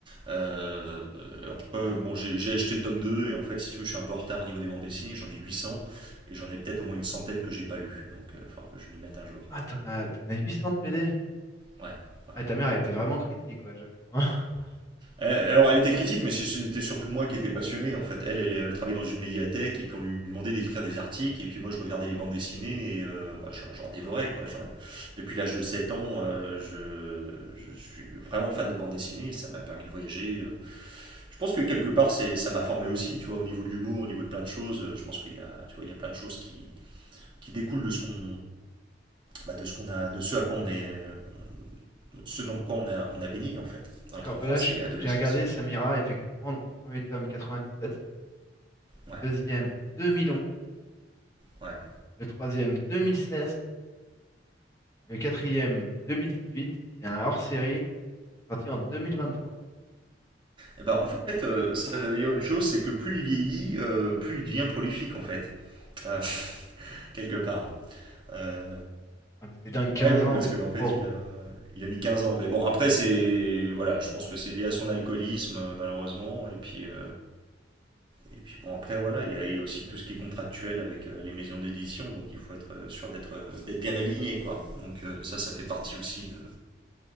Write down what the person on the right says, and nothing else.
Euh, euh, après, bon, j'ai j'ai acheté le tome 2. et en fait, si tu veux, je suis un peu en retard au niveau des bandes dessinées. J'en ai 800. et j'en ai peut-être au moins une centaine que j'ai pas lu. Donc, il va falloir que je m'y mette un jour.
Ouais, ouais.
ouais.
Euh, alors, elle était critique, mais c'était surtout moi qui étais passionné, en fait. Elle, elle, elle travaillait dans une médiathèque, et puis on lui demandait d'écrire des articles, et puis moi, je regardais les bandes dessinées, et euh, bah, j'en j'en dévorais, quoi. J'en- Depuis l'âge de 7 ans, euh, je, je suis vraiment fan de bandes dessinées, ça m'a permis de voyager. euh. Je pense que quelque part, c'est, ça m'a formé aussi, tu vois, au niveau de l'humour, au niveau de plein de choses. euh, Je pense qu'il y a, tu vois, il y a plein de choses qui, qui découlent de ce qu'on, bah, de ce qu'on a, de ce à quoi on est, euh, ce dans quoi on a, on a baigné, en fait, dans
notre enfance
et adolescence.
Ouais,
ouais.
Eh ben, en fait, euh, ça veut dire une chose, c'est que plus il vieillit, euh, plus il devient prolifique, en fait, Euh, <laughs> quelque part. Euh,
ouais,
parce
qu'en
fait,
il a, il a mis 15 ans. Mais bon, après, c'est, voilà, je pense que c'est lié à son alcoolisme, euh, malheureusement. Et puis, euh, et puis bon, après, voilà, il y a, il y a aussi tout ce qui est contractuel avec euh, les maisons d'édition, donc il faut être euh, sûr d'être, euh, d'être bien aligné, quoi. Donc euh, ça, ça fait partie aussi de,